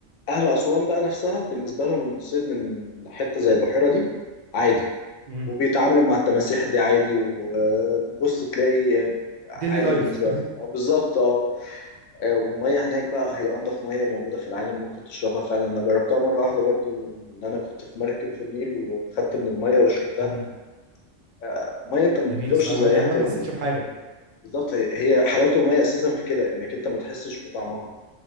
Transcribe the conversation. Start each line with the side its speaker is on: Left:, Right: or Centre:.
Left: أهل أسوان بقى نفسها بالنسبة لهم الصيد من حتة زي البحيرة دي عادي
Right: امم
Left: وبيتعاملوا مع التماسيح دي عادي وبص تلاقي عادي
Right: ديلي لايف
Left: بالنسبة لهم اه بالظبط اه آه، والمية هناك بقى هي أنضف مية موجودة في العالم ممكن تشربها فعلا أنا جربتها مرة واحدة برضو إن أنا كنت في مركب في النيل وخدت من المية وشربتها
Right: <laughs> امم
Left: آه، مية أنت ما
Right: جميله
Left: بتدوقش
Right: الصراحه
Left: زيها
Right: يعني انا
Left: تاني
Right: ما حسيتش بحاجه
Left: بالظبط هي هي حلاوة المية أساسا في كده إنك أنت ما تحسش بطعمها